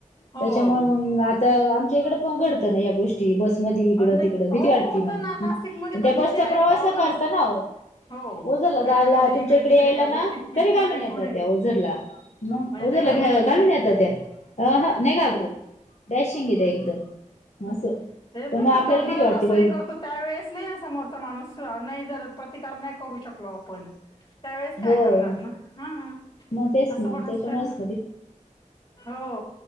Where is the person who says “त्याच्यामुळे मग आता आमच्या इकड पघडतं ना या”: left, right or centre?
Left